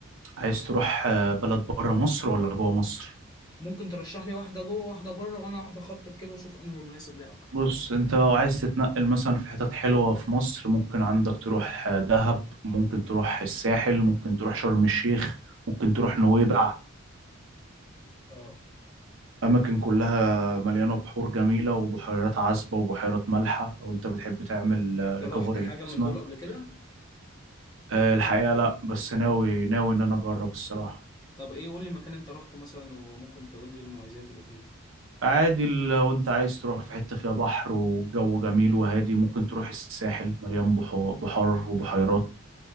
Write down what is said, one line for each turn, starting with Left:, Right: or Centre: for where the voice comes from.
Right: عايز تروح آه، بلد بره مصر ولا جوه مصر
Left: ممكن ترشح لي واحده جوه واحده بره وانا اقعد اخطط كده واشوف انهي المناسب ليا اكتر
Right: بص انت لو عايز تتنقل مثلا في حتت حلوة في مصر ممكن عندك تروح آه، دهب ممكن تروح الساحل ممكن تروح شرم الشيخ ممكن تروح نويبع
Left: اه
Right: أماكن كلها مليانة بحور جميلة وبحيرات عذبة وبحيرات مالحة لو انت بتحب تعمل
Left: انت
Right: ريكفري
Left: رحت حاجه
Right: لجسمك
Left: من دول قبل كده
Right: آه، الحقيقة لا بس ناوي ناوي ان انا اجرب الصراحة
Left: طب ايه قول لي مكان انت رحته مثلا وممكن تقول لي المميزات اللي فيه
Right: عادي لو انت عايز تروح في حتة فيها بحر والجو جميل وهادي ممكن تروح الساحل مليان بحو- بحار وبحيرات